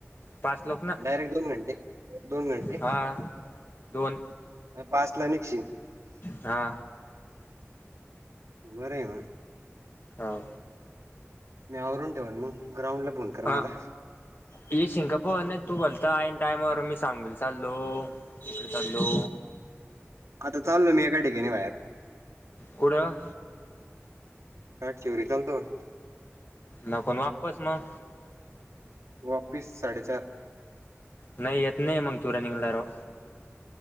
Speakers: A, on the left; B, on the right.
A: पाच लोक ना
B: डायरेक्ट दोन घंटे, दोन घंटे
A: हा दोन
B: पाचला निघशील
A: हा
B: बरं हे मग
A: हो
B: मी आवरून ठेवन मग ग्राउंड ला फोन कर
A: अ
B: मला
A: तू येशील का! पण तू भलता आणि टायमावर मी सांगेन चाललो. इकडे चाललो.
B: आता चालो मी एका ठिकाणी बाहेर
A: कुठं!
B: ताट शिवरी चालतो का?
A: नकोन वापस मग?
B: वापीस साडेचार
A: नाही येत. नही मग तू रनिंगला राव